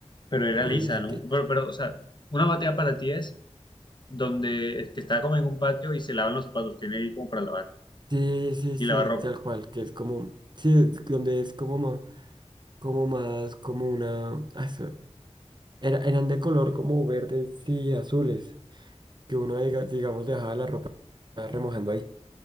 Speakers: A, on the left (about 40°); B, on the right (about 40°).
A: Pero era
B: Ah,
A: lisa,
B: Oye, sí
A: ¿no?
B: que...
A: Pero, pero, o sea, una batea para ti es donde, que está como en un patio y se lavan los zapatos, tiene ahí como para lavar,
B: Sí, sí,
A: y
B: sí,
A: lavar ropa.
B: tal cual, que es como, sí, es donde es como más, como más, como una, ah, eso, era- eran de color como verdes y azules, que uno, diga- digamos, dejaba la ropa remojando ahí.